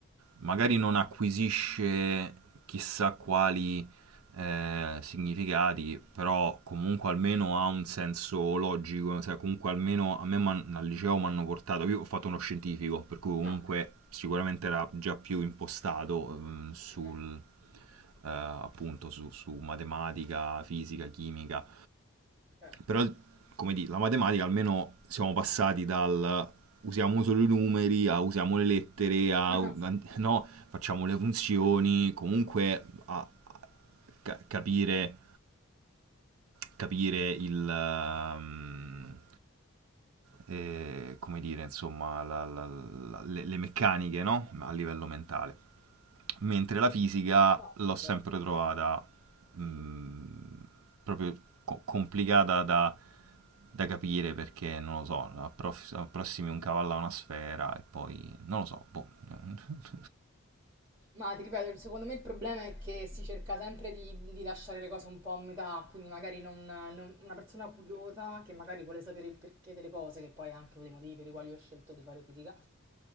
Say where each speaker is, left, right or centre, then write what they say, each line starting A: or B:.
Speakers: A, on the right; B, on the right.
A: magari non acquisisce chissà quali eh, significati, però comunque almeno ha un senso logico, cioè comunque almeno a me m'han- al liceo mi hanno portato, io ho fatto uno scientifico, per cui comunque
B: No.
A: sicuramente era già più impostato ehm, sul,
B: ok, Mhm,
A: eh, appunto su, su matematica, fisica, chimica,
B: Certo.
A: però, il- come dire, la matematica almeno siamo passati dal usiamo solo i numeri a usiamo le lettere a
B: <laughs>
A: no, facciamo le funzioni, comunque a a ca- capire capire il... ehm, eh, come dire, insomma, la- la- la- le, le meccaniche, no? A livello mentale. Mentre la fisica
B: No,
A: l'ho
B: sì,
A: sempre
B: certo.
A: trovata mh, proprio co- complicata da, da capire perché, non lo so, appro- approssimi un cavallo a una sfera e poi, non lo so, boh. <laughs>
B: Ma ti ripeto, secondo me il problema è che si cerca sempre di, di lasciare le cose un po' a metà, quindi magari non- non- una persona curiosa che magari vuole sapere il perché delle cose, che poi è anche uno dei motivi per i quali ho scelto di fare fisica,